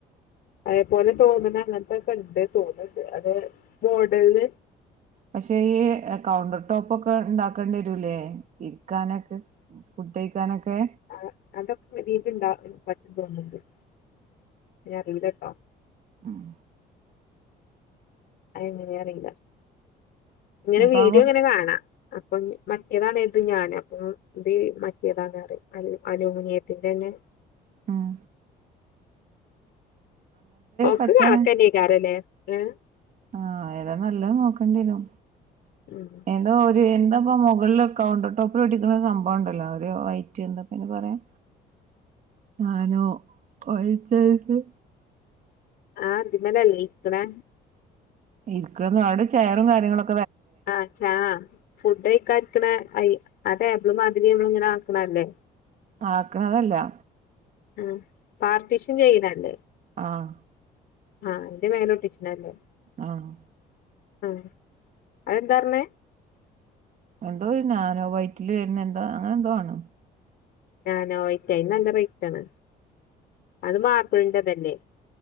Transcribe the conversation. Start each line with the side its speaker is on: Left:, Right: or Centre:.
Left: അതേപോലെ തോന്ന്ണെ അങ്ങൻത്താെക്കെണ്ട് തോന്ന്ണ്ട് അത് മോഡൽന്
Right: പക്ഷേ ഈ കൗണ്ടർ ടോപ്പാെക്കെ ഇണ്ടാക്കണ്ട്യെരൂലേ ഇര്ക്കാനൊക്കെ ഫുഡയ്ക്കാനൊക്കെ
Left: അത് അതൊക്കെ തീല്ണ്ടാവ <unintelligible> ഞ്ഞറീലട്ടോ
Right: അഹ്
Left: അഹ് എങ്ങെനെ അറീലാ ഇങ്ങനെ
Right: അപ്പൊ
Left: വീഡിയോങ്ങനെ
Right: ആ വൃ
Left: കാണാ അപ്പം മറ്റേതാണെര്തും ഞാന് അപ്പം ഇത് മറ്റേതാണ് അറിം അലു അലൂമിനിയത്തിന്റെന്നെ
Right: ആഹ്
Left: ഓക്ക്
Right: പറ്റാണ്
Left: കണക്കെന്നെയ്ക്കാരലേ ഏഹ്
Right: ആഹ് ഏതാ നല്ലത് നോക്കെണ്ട്യെരും
Left: ഉം
Right: എന്താ മോ എന്താപ്പാ മുകൾല് കൗണ്ടർ ടോപ്പിൽ ഒട്ടിക്ക്ണ സംഭവംണ്ടല്ലോ ഒര് വൈറ്റ് എന്താപ്പയ്ന് പറയാ താനോ വയ്റ്റേ <unintelligible>
Left: ആഹ് ഇതിമലെല്ലേ ഇര്ക്ക്ണെ
Right: ഇര്ക്ക്ണ് അവ്ടെ ചെയറും കാര്യങ്ങളൊ
Left: ആഹ് ച്ചാ ഫുഡ് കയിക്കാഇരിക്കണേ ഐ ആ ടേബിള് മാതിരി നമ്മള് ഇങ്ങനെ ആക്കണ അല്ലേ
Right: ആക്കണതല്ല
Left: ആ പാർട്ടീഷും ചെയ്യണല്ലേ.
Right: ആഹ
Left: ആഹ് എന്റെ മേലോട്ടിച്ചിനല്ലേ-
Right: ആഹ്
Left: ആ അതെന്താ പറഞ്ഞ
Right: എന്തോ ഞാനോ വയറ്റില് വരുന്ന എന്തോ അങ്ങനെ എന്തോആണ്.
Left: ഞാന യിറ്റായി നല്ല റേറ്റ് ആണ്. അത് മാ- ണ്ട തന്നെ.